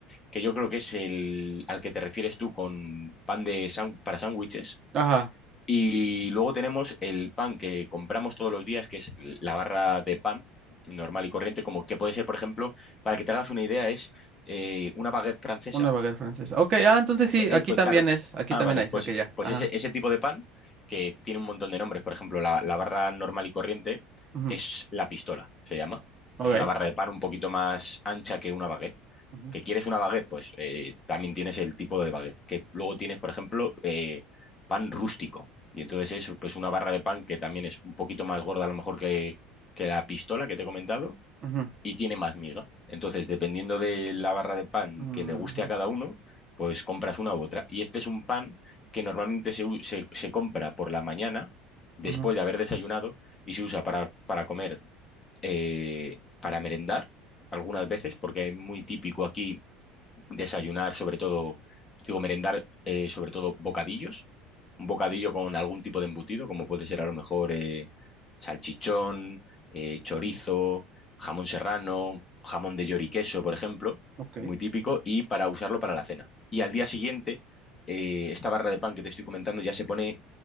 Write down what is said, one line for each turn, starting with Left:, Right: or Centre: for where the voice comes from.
Left: que yo creo que es el al que te refieres tú con pan de san- para sándwiches.
Right: Ajá.
Left: Y luego tenemos el pan que compramos todos los días, que es la barra de pan normal y corriente, como que puede ser, por ejemplo, para que te hagas una idea, es eh, una baguette francesa.
Right: Una baguette francesa. Ok, ah, entonces sí,
Left: Eh,
Right: aquí
Left: pues
Right: también
Left: claro.
Right: es. Aquí
Left: Ah,
Right: también
Left: vale,
Right: hay.
Left: pues,
Right: Ok, ya.
Left: pues
Right: Ajá.
Left: ese, ese tipo de pan que tiene un montón de nombres, por ejemplo, la, la barra normal y corriente
Right: Ujú,
Left: es la pistola, se llama.
Right: Ok.
Left: Es una barra de pan un poquito más ancha que una baguette.
Right: Ujú,
Left: ¿Que quieres una baguette? Pues eh, también tienes el tipo de baguette. Que luego tienes, por ejemplo, eh, pan rústico. Y entonces es pues una barra de pan que también es un poquito más gorda a lo mejor que, que la pistola que te he comentado
Right: ujú,
Left: y tiene más miga. Entonces, dependiendo de la barra de pan
Right: ujú,
Left: que le guste a cada uno, pues compras una u otra. Y este es un pan que normalmente se, u- se- se compra por la mañana, después
Right: ujú,
Left: de haber desayunado, y se usa para, para comer, eh, para merendar algunas veces, porque es muy típico aquí desayunar sobre todo, digo, merendar eh, sobre todo bocadillos, un bocadillo con algún tipo de embutido, como puede ser a lo mejor eh, salchichón, eh, chorizo, jamón serrano, jamón de york y queso por ejemplo,
Right: Ok.
Left: muy típico, y para usarlo para la cena. Y al día siguiente, eh, esta barra de pan que te estoy comentando ya se pone